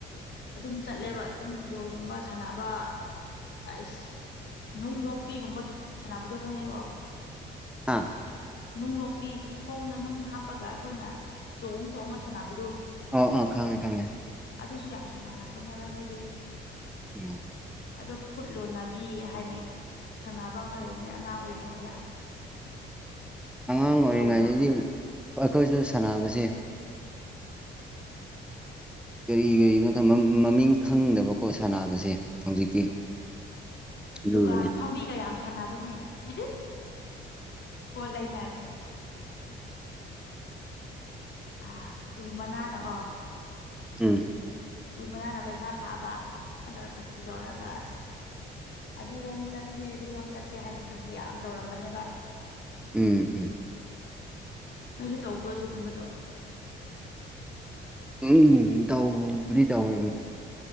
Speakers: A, on the left; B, in the centre.
A: ꯑꯗꯨꯝ ꯆꯠꯂꯦꯕ ꯑꯗꯨꯝ ꯕꯣꯜꯒꯨꯝꯕ ꯁꯥꯟꯅꯕ ꯑꯁ ꯅꯨꯡ ꯂꯣꯛꯄꯤꯒꯨꯝꯕ ꯁꯥꯟꯅꯕꯗꯣ ꯈꯪꯉꯦꯀꯣ
B: ꯍꯥꯥ
A: ꯅꯨꯡ ꯂꯣꯛꯄꯤ ꯈꯣꯡꯗ ꯅꯨꯡ ꯍꯥꯞꯄꯒ ꯑꯩꯈꯣꯏꯅ ꯆꯣꯡ ꯆꯣꯡꯉꯒ ꯁꯥꯟꯅꯕꯗꯨ
B: ꯑꯣ ꯑ ꯈꯪꯉꯦ ꯈꯪꯉꯦ
A: ꯑꯗꯨꯁꯨ ꯌꯥꯝ ꯁꯥꯟꯅꯔꯛꯄꯅꯦꯕ ꯑꯩꯈꯣꯏꯗꯤ
B: ꯎꯝ
A: ꯑꯗ ꯈꯨꯠ ꯂꯣꯟꯅꯕꯤ ꯍꯥꯏꯅꯩ ꯁꯥꯟꯅꯕ ꯑꯃ ꯂꯩꯕꯅꯦ ꯑꯉꯥꯡ ꯑꯣꯏꯔꯤꯉꯩꯗ
B: ꯑꯉꯥꯡ ꯑꯣꯏꯔꯤꯉꯩꯗꯗꯤ
A: ꯇꯧꯕ꯭ꯔꯣ
B: ꯑꯩꯈꯣꯏꯁꯨ ꯁꯥꯟꯅꯕꯁꯦ ꯀꯔꯤ ꯀꯔꯤꯅꯣ ꯃꯃꯤꯡ ꯈꯪꯗꯕꯀꯣ ꯁꯥꯟꯅꯕꯁꯦ ꯍꯧꯖꯤꯛꯇꯤ
A: ꯎꯝ
B: ꯑꯗꯨꯅꯤ
A: ꯗꯨꯀꯥꯟ ꯐꯝꯕꯤꯒꯌꯥꯝ ꯁꯥꯟꯅꯕꯅꯦ ꯑꯦ ꯄꯣꯠ ꯂꯩꯅꯔ ꯑ ꯎ ꯃꯅꯥꯅꯀꯣ
B: ꯎꯝ
A: ꯎ ꯃꯅꯥꯅ ꯄꯩꯁꯥ ꯁꯥꯕ ꯑꯗꯨꯃꯥꯏꯅ ꯇꯧꯔ ꯐꯥꯒꯤ ꯇꯧꯔꯒ ꯑꯁ ꯑꯗꯨꯔꯣꯝ ꯆꯠꯁꯦ ꯑꯗꯨꯔꯣꯝ ꯆꯠꯁꯦ ꯍꯥꯏꯅ ꯐꯥꯒꯤ ꯌꯥꯝ ꯇꯧꯔꯝꯕꯅꯦꯕ
B: ꯎꯝ ꯎꯝ
A: ꯅꯪꯁꯨ ꯇꯧꯕ꯭ꯔꯣ ꯑꯗꯨꯒꯨꯝꯕꯗꯣ
B: ꯎꯝ ꯇꯧꯕꯗꯤ ꯇꯧꯋꯦ